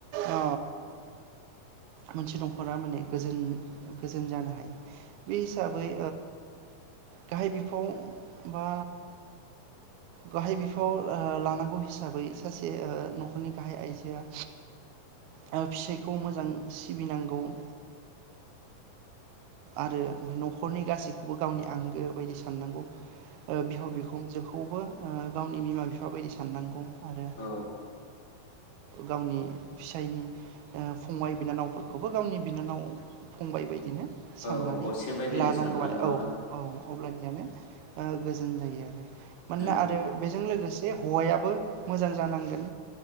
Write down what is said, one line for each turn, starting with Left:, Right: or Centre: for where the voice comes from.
Right: ओ मोनसे नखरा माने गोजोन जों जानो हायो बे हिसाबै गाहाय बिफाव बा गाहाय बिफाव लानांगौ हिसाबै सासे न'खरनि गाहाय आइजोआ आबस <inaudible> बे मोजां सिबिनांगौ <inaudible> आरो न'खरनि गासैखौबो गावनि आंगो बायदि साननांगौ बिहाव बिखुनजोखौबो गावनि बिमा बिफा बायदि साननांगौ आरो
Left: औ
Right: गावनि फिसायनि फंबाय बिनानावफोरखौबो गावनि बिनानाव फंबाय बायदि बिदिनो साननानै
Left: औ असे बायदिनो
Right: लानांगौ
Left: साननांगौ
Right: आरो औ औ अब्लानियानो गोजोन जायो आरो मनोना
Left: औ
Right: आरो बेजों लोगोसे हौवायाबो मोजां जानांगोन